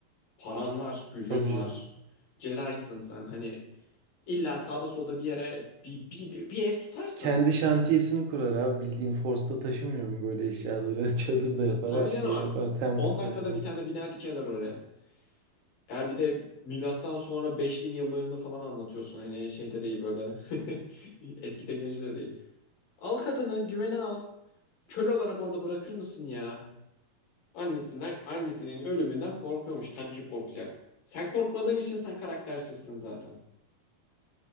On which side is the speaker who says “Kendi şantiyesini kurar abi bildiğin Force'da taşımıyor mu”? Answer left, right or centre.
Right